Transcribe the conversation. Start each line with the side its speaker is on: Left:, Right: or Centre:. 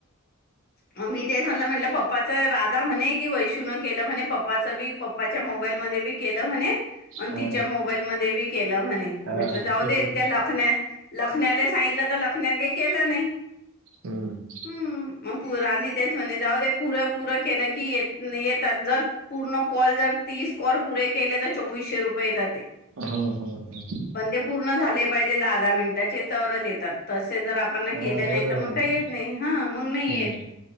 Left: ममी तेच म्हणलं म्हणलं पपा त राधा म्हने कि वैशु न केल म्हने पप्पा च बी पप्पा च्या मोबाईल मध्ये बी केल म्हने अन
Right: हा
Left: तिच्या मोबाईल मध्ये बी केल म्हणे म्हट
Right: हा
Left: जाऊ
Right: केलं
Left: दे त्या
Right: ना
Left: लखन्या लखन्याले सांगितलं तर न काही केला नाही
Right: हम्म
Left: हम्म मग पुूर आधी तेच म्हणे जाऊदे पूर पूर केल त जर पूर्ण कॉल जर तीस कॉलेपुरे केले तर चोवीशे रुपये येता ते
Right: हम्म हम्म हम्म
Left: पण ते पुरे पूर्ण झाले पाहिजे दहा दहा मिनिटाचे तरच येतात तसे जर आपण केले
Right: हा बरोबर
Left: नाही तर मग
Right: आहे
Left: काही
Right: ना
Left: येत नाही हा मग नाही
Right: हम्म
Left: येत